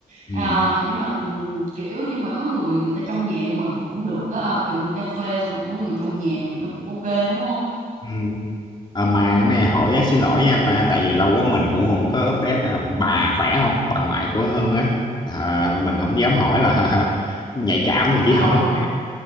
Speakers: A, on the left (about 30°); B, on the right (about 55°).
A: Ừ.
B: à, nhưng mà ừm, kiểu nhưng mà có người người ta trong nhà cho mình thì cũng được á kiểu vẫn cho thuê xong cũng có người trong nhà thì nó cũng ok đúng không
A: Ừ. À, mà cái này hỏi á, xin lỗi nha ta tại vì lâu quá mình cũng không có update à, bà khỏe không bà ngoại của Hưng á à, mình không dám hỏi là <laughs> nhạy cảm mình chỉ
B: Ờ
A: hỏi hỏi